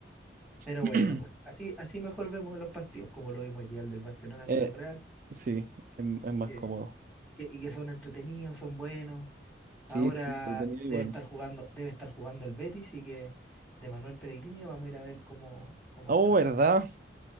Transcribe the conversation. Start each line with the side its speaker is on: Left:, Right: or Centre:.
Centre: pero
Right: <clears throat>
Centre: bueno, pues así, así mejor vemos los partidos, como lo vimos ideal del Barcelona
Right: Eh,
Centre: con el Real,
Right: sí, es, es más
Centre: que,
Right: cómodo.
Centre: que- y que son entretenidos, son buenos.
Right: Sí,
Centre: Ahora
Right: entretenido
Centre: debe
Right: y bueno.
Centre: estar jugando, debe estar jugando el Betis, y que de Manuel Pellegrini vamos a ir a ver cómo, cómo
Right: Oh,
Centre: está.
Right: ¿verdad?